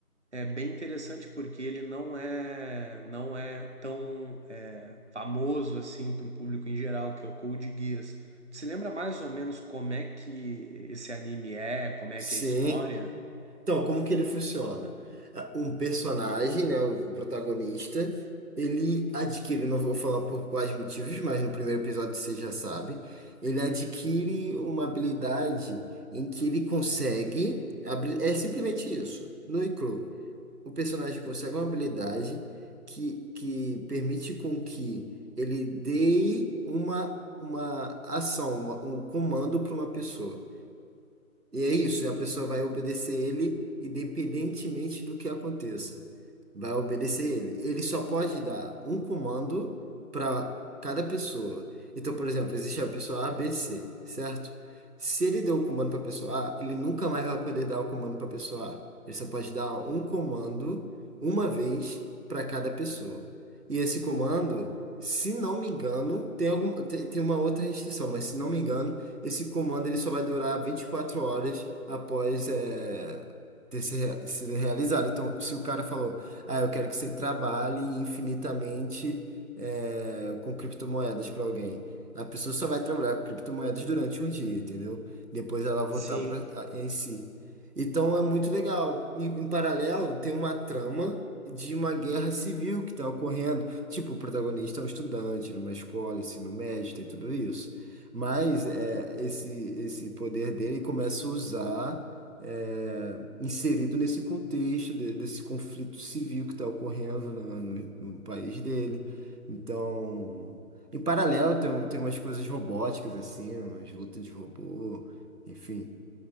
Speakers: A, on the right; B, on the right.
A: é, bem interessante porque ele não é não é tão é, famoso assim para o público em geral, que é o Code Geass. Tu se lembra mais ou menos como é que esse anime é, como é
B: Sim.
A: que é a história?
B: Então, como que ele funciona? Ah, Um personagem, né, o protagonista, ele adquire, não vou falar por quais motivos, mas no primeiro episódio você já sabe, ele adquire uma habilidade em que ele consegue, abrir. é simplesmente isso, no e cru. o personagem consegue uma habilidade que, que permite com que ele dê uma, uma ação, uma- um comando para uma pessoa. E é isso, a pessoa vai obedecer ele independentemente do que aconteça. Vai obedecer ele. Ele só pode dar um comando para cada pessoa. Então, por exemplo, existe a pessoa ABC, certo? Se ele deu o comando para a pessoa A, ele nunca mais vai poder dar o comando para a pessoa A. Ele só pode dar um comando uma vez para cada pessoa. E esse comando, se não me engano, tem, algum, tem, tem uma outra restrição, mas se não me engano, esse comando ele só vai durar 24 horas após é, ter se rea- sido realizado. Então, se o cara falou, ah, eu quero que você trabalhe infinitamente é, com criptomoedas para alguém, a pessoa só vai trabalhar com criptomoedas durante um dia, entendeu? Depois ela voltar
A: Sim,
B: pra, a- em si. Então é muito legal. Em, em paralelo, tem uma trama de uma guerra civil que está ocorrendo. Tipo, o protagonista é um estudante numa escola, ensino médio, tem tudo isso. Mas é, esse, esse poder dele começa a usar, é, inserido nesse contexto de- desse conflito civil que está ocorrendo na- no, no país dele. Então, em paralelo, tem, um- tem umas coisas robóticas, assim, umas lutas de robô, enfim.